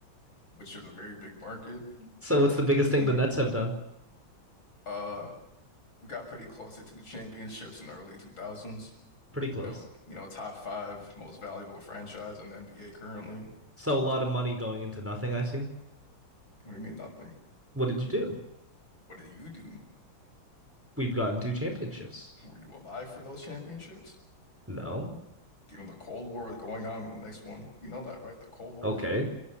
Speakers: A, on the left; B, in the centre.
A: which are the very big market,
B: So what's
A: you
B: the
A: know,
B: biggest
A: Brooklyn,
B: thing
A: New
B: the Nets
A: York.
B: have done?
A: Uh, we got pretty close to two championships in the early 2000s.
B: Pretty close.
A: You know, you know, top five most valuable franchise in the NBA currently.
B: So a lot of money going into nothing, I see.
A: What do you mean nothing?
B: What did you do?
A: What did you do?
B: We've gotten two championships.
A: Were you alive for those championships?
B: No.
A: You know, the Cold War was going on when the next one. You know that, right? The Cold War.
B: Okay.